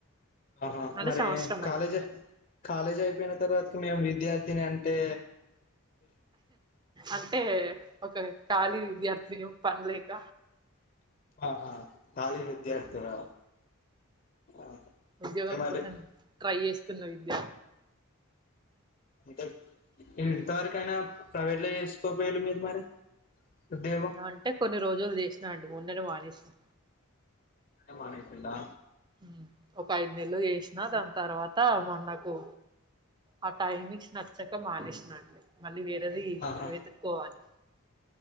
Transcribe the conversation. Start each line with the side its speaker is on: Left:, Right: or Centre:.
Left: ఆ హాఁ
Right: అంటే
Left: మరీ
Right: సంవత్సరం
Left: కాలేజ్
Right: అయితుంది
Left: కాలేజ్ అయిపోయిన తర్వాత మేము విద్యార్థిని అంటే
Right: అంటే ఒక ఖాళీ విద్యార్థి పనిలేక
Left: ఆ హాఁ ఖాళీ విద్యార్థివా! ఆహా
Right: ఉద్యోగం
Left: అదే మరి
Right: కోసం ట్రై చేస్తున్న విద్యా
Left: అంటే ఇంతవరకైనా ప్రైవేట్ లో చేసుకోపోయిళు మీరు మరి. ఉద్యోగం
Right: అంటే కొన్ని రోజులు చేసినా అండి మొన్ననే మానేసినా.
Left: మొన్ననే మానేసిన్రా
Right: మ్ ఒక ఐదు నెల్లు జేసిన దాని తర్వాత మొన్న ఓ ఆ టైమింగ్స్ నచ్చక మానేసిన అండి మళ్ళీ వేర్ రెది
Left: ఆహా
Right: వెతుక్కోవాలి